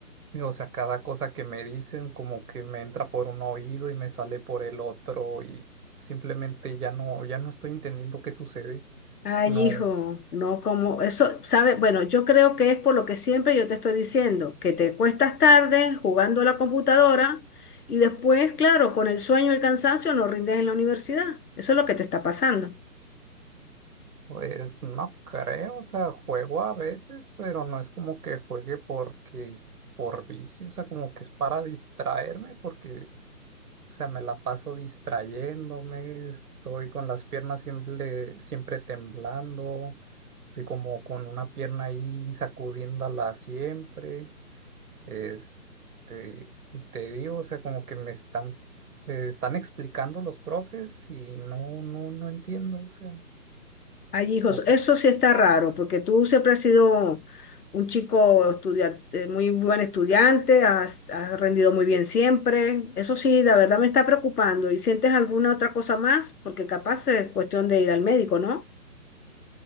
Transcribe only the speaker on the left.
Ay,
hijo, no como eso, sabe. Bueno, yo creo que es por lo que siempre yo te estoy diciendo, que te cuestas tarde jugando a la computadora y después, claro, con el sueño y el cansancio no rindes en la universidad. Eso es lo que te está pasando.
Ay, hijos,
eso sí está raro, porque tú siempre has sido un chico estudiante, muy buen estudiante, has, has rendido muy bien siempre. Eso sí, la verdad me está preocupando. ¿Y sientes alguna otra cosa más? Porque capaz es cuestión de ir al médico, ¿no?